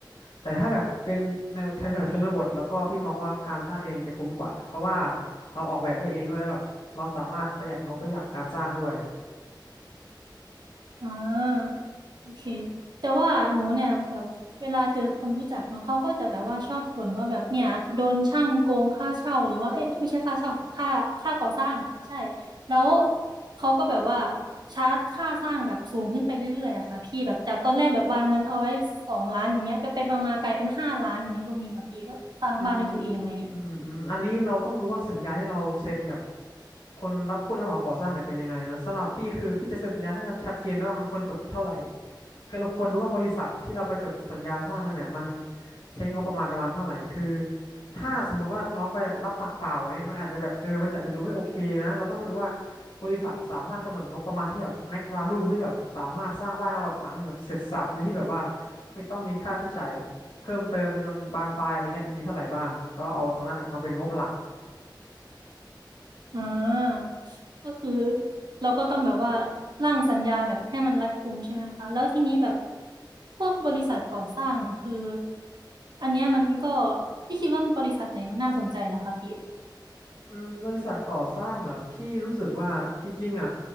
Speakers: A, on the left; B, on the right.
A: แต่ถ้าแบบเป็นแนวแถวๆชนบทแล้วก็พี่มองว่าการสร้างเองจะคุ้มกว่าเพราะว่าเราออกแบบได้เองด้วยแล้วแบบเราสามารถประหยัดงบได้จากการสร้างด้วย
B: อ่าโอเคแต่ว่าหนูเนี่ยแบบเวลาเจอคนรู้จักเนาะเขาก็จะแบบว่าชอบบ่นว่าแบบเนี่ยโดนช่างโกงค่าเช่าหรือว่าเอ้ยไม่ไม่ใช่ค่าเช่าสิค่าค่าก่อสร้างใช่แล้วเขาก็แบบว่าชาร์จค่าสร้างแบบสูงขึ้นไปเรื่อยๆอะค่ะพี่แบบจากตอนแรกแบบวางเงินเอาไว้สองล้านอย่างเงี้ยไปไปมามากลายเป็นห้าล้านอย่างเงี้ยก็มีค่ะพี่แบบสร้างบ้านด้วยตัวเองอะไรเงี้ย
A: อืมอืมอืมอันนี้เราต้องรู้ว่าสัญญาที่เราเซ็นกับคนรับผู้รับเหมาก่อสร้างเนี่ยเป็นยังไงนะสำหรับพี่คือพี่จะเซ็นสัญญาให้มันชัดเจนแล้วว่ามันควรจบเท่าไหร่คือเราควรรู้ว่าบริษัทที่เราไปจดสัญญาสร้างเลยเนี่ยมันใช้งบประมาณประมาณเท่าไหร่คือถ้าสมมติว่าน้องไปรับปากเปล่าอย่างเงี้ยมันอาจจะแบบเออมันอาจจะดูไม่โอเคนะเราต้องไปดูว่าบริษัทสามารถกำหนดงบประมาณที่แบบแม็กวาลูที่แบบสามารถสร้างบ้านหลังหนึ่งแบบเสร็จสรรพโดยที่แบบว่าไม่ต้องมีค่าใช้จ่าย เพิ่มเติมจนมันบานปลายอะไรเงี้ยมีเท่าไหร่บ้างแล้วเอาตรงนั้นอ่ะมาเป็นงบหลัก
B: อ่าก็คือเราก็ต้องแบบว่าร่างสัญญาแบบให้มันรัดกุมใช่ไหมคะแล้วทีนี้แบบพวกบริษัทก่อสร้างเนี่ยคืออันเนี้ยมันก็พี่คิดว่าบริษัทไหนมันน่าสนใจล่ะคะพี่
A: อืมบริษัทก่อสร้างเหรอพี่รู้สึกว่าจริงๆอ่ะ